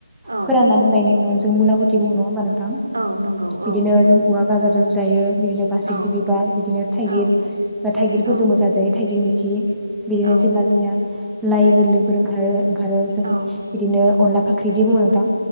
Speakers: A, on the right; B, in the centre.
A: औ
B: फोरानना दोननायनि उनाव जों मुला खुथि बुंङो नङा होनबा
A: औ नंगौ
B: बिदिनो
A: औ
B: जों गाजरजों जायो बिदिनो बासिग्रि
A: औ
B: बिबार बिदिनो थाइगिर
A: औ
B: थाइगिरफोरजों
A: औ
B: बो मोजां जायो थाइगिर मख खि बिदिनो
A: औ
B: जेब्ला जोंनिया लाइ गोरलैफोर ओंखारो ओंखारो जों
A: औ
B: बिदिनो अनला फाख्रिदि बुंङो नोंथां।